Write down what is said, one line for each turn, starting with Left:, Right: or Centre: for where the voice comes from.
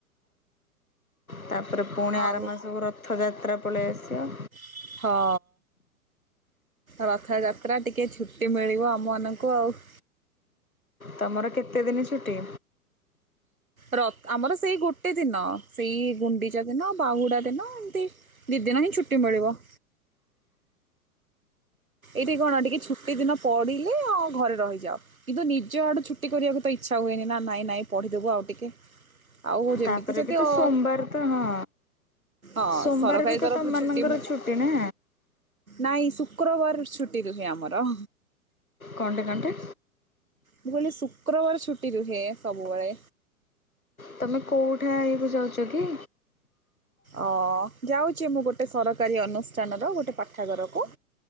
Left: ତାପରେ ପୁଣି
Right: ଆଉ
Left: ଆର ମାସକୁ ରଥଯାତ୍ରା ପଳେଇ ଆସିବ।
Right: ହଁ। ରଥଯାତ୍ରା ଟିକେ ଛୁଟି ମିଳିବ ଆମ ମାନଙ୍କୁ ଆଉ।
Left: ତମର କେତେ ଦିନ ଛୁଟି।
Right: ର ଆମର ସେଇ ଗୋଟେ ଦିନ ସେଇ ଗୁଣ୍ଡିଚା ଦିନ ବାହୁଡ଼ା ଦିନ ଏମତି ଦି ଦିନ ହିଁ ଛୁଟି ମିଳିବ। ଏଇଠି କଣ ଟିକେ ଛୁଟି ଦିନ ପଡିଲେ ଆଉ ଘରେ ରହିଯାଅ। କିନ୍ତୁ ନିଜ ଆଡୁ ଛୁଟି କରିବାକୁ ତ ଇଚ୍ଛା ହୁଏନି ନା ନାଇଁ ନାଇଁ ପଢିଦବୁ ଆଉ ଟିକେ। ଆଉ ଯେମିତି
Left: ତାପରେ
Right: କେତେ
Left: ବି ତ
Right: ଅ
Left: ସୋମବାର ତ ହଁ
Right: ହଁ
Left: ସୋମବାର
Right: ସରକାରୀ
Left: ବି ତ
Right: ତରଫରୁ
Left: ତମମାନଙ୍କର
Right: ଛୁଟି ମିଳିଲା।
Left: ନା?
Right: ନାଇଁ ଶୁକ୍ରବାର ରୁ ଛୁଟି ରୁହେ ଆମର।
Left: କଣତି କଣତି
Right: ମୁଁ କହିଲି ଶୁକ୍ରବାର ଛୁଟି ରୁହେ ସବୁବେଳେ।
Left: ତମେ କୋଉ ଠା ହେଇ କୁ ଯାଉଚ କି?
Right: ଅ ଯାଉଛି ମୁଁ ଗୋଟେ ସରକାରୀ ଅନୁଷ୍ଠାନର ଗୋଟେ ପାଠାଗାରକୁ।